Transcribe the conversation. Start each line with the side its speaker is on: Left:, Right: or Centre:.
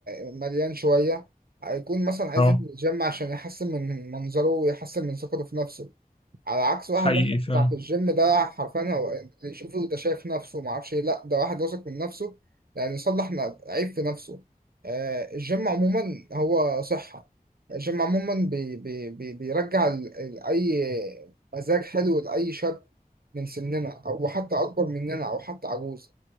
Right: آه، مليان شوية هيكون مثلا عايز
Left: اه
Right: ينزل الجيم عشان يحسن من منظره ويحسن من ثقته في نفسه على عكس واحد
Left: حقيقي
Right: مثلا
Left: فعلا
Right: بتاع في الجيم ده حرفيا هو اللي يشوفه ده شايف نفسه ما اعرفش ايه لا ده واحد واثق من نفسه يعني يصلح ن- عيب في نفسه آه، الجيم عموما هو صحة الجيم عموما بي بي بي بيرجع ال- ال- اي مزاج حلو لاي شاب من سننا او حتى اكبر مننا او حتى عجوز